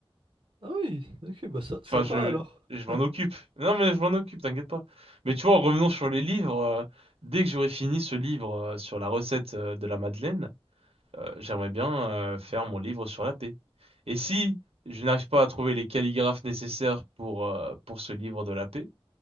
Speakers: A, on the right; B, on the right.
A: Ah oui, ok, bah ça, ça
B: Enfin, je,
A: va alors.
B: je m'en
A: <laughs>
B: occupe. Non, mais je m'en occupe, t'inquiète pas. Mais tu vois, revenons sur les livres. euh, dès que j'aurai fini ce livre euh, sur la recette euh, de la Madeleine, euh, j'aimerais bien euh, faire mon livre sur la paix. Et si je n'arrive pas à trouver les calligraphes nécessaires pour, euh, pour ce livre de la paix,